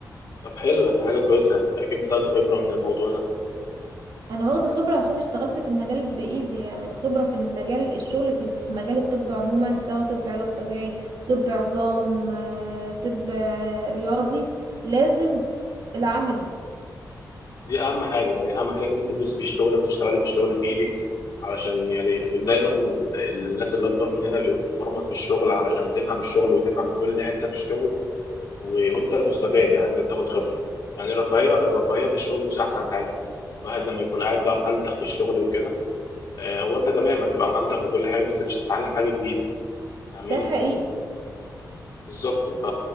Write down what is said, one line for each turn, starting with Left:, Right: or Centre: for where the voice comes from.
Left: طب حلو يعني دي حاجه كويسه انت اكيد بتاخد خبره من الموضوع ده
Right: انا واخده خبره عشان اشتغلت في المجال بايدي يعني الخبره في المجال الشغل في في مجال الطب عموما سواء طب علاج طبيعي طب عظام آه، طب آه، رياضي لازم العملي
Left: دي اهم حاجه يعني اهم حاجه ان انت تدوسي في الشغل وتشتغلي في الشغل بايدك علشان يعني دايما الناس اللي اكبر مننا بيبقى تتمرمط في الشغل علشان تفهم الشغل وتفهم كل حته في الشغل و... وانت المستفاد يعني انت بتاخد خبره يعني الرفاهيه الرفاهيه في الشغل مش احسن حاجه الواحد لما يكون قاعد بقى مأنتخ في الشغل وكده آه، هو انت تمام هتبقى مأنتخ وكل حاجه بس مش هتتعلم حاجه جديده فاهماني
Right: ده حقيقي
Left: بالظبط ف...